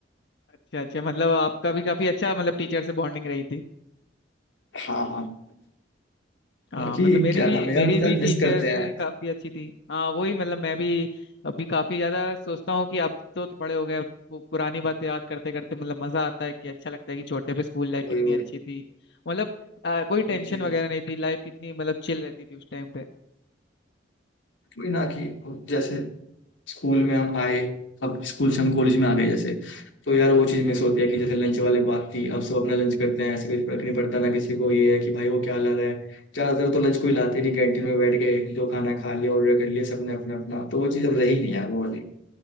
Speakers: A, on the left; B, on the left.
A: अच्छा अच्छा मतलब आपका भी काफी अच्छा मतलब टीचर से बॉन्डिंग रही थी
B: हाँ हाँ
A: हाँ
B: बाकी
A: मतलब मेरी
B: क्या
A: भी
B: नाम है
A: मेरी
B: यार पता
A: भी
B: है
A: टीचर
B: मिस करते
A: से
B: हैं
A: काफी अच्छी थी हाँ वही मतलब मैं भी अभी काफी ज्यादा सोचता हूँ कि अब तो बड़े हो गए अब पु- पुरानी बातें याद करते करते मतलब मजा आता है कि अच्छा लगता है कि छोटे पे स्कूल लाइफ
B: वही
A: कितनी
B: वही
A: अच्छी थी मतलब आ, कोई टेंशन
B: वही चीज
A: वगैरह
B: है
A: नहीं थी लाइफ कितनी मतलब चिल रहती थी उस टाइम पे
B: वही ना कि जैसे स्कूल में हम आए अब स्कूल से हम कॉलेज में आ गए जैसे तो यार वो चीज़ मिस होती है कि जैसे लंच वाले बात थी अब सब अपना लंच करते हैं ऐसे कुछ फर्क नहीं पड़ता ना किसी को ये है कि भाई वो क्या ला रहा है ज़्यादातर तो लंच को ही लाते नहीं कैंटीन में बैठ के जो खाना खा लिया ऑर्डर कर लिया सबने अपना अपना तो वो चीज़ अब रही नहीं यार वो वाली